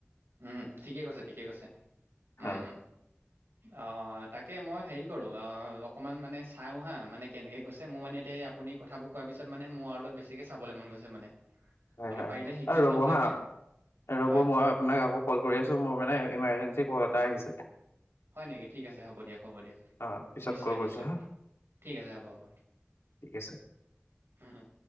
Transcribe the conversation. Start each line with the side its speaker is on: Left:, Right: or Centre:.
Right: উম, ঠিকে কৈছে, ঠিকে কৈছে,
Left: হয়,
Right: উম আঁহ তাক তাকে মই হেৰি কৰোঁ, আ অকণমান মানে চাওঁ হা মানে কেনেকৈ কৈছে মোৰ মানে এতিয়া এই আপুনি কথাবোৰ কোৱাৰ পিছত মানে মোৰ আৰু অলপ বেছিকে চাবলৈ মন গৈছে মানে।
Left: হয়,
Right: অলপ পাৰিলে শিকিও
Left: অ' ৰ'ব
Right: ল'ম লাগিলে
Left: হা, ৰ'ব
Right: হয়
Left: মই আপোনাক আকৌ কল কৰি আছো, মোৰ মানে ইমাৰ্জেঞ্চি কল এটা আহিছে।
Right: হয় নেকি ঠিক আছে হ'ব দিয়ক, হ'ব দিয়ক
Left: অ', পিছত
Right: নিশ্চয়,
Left: কল কৰিছো
Right: নিশ্চয়।
Left: হা
Right: ঠিক আছে। হ'ব, হ'ব।
Left: <unintelligible>
Right: উম উম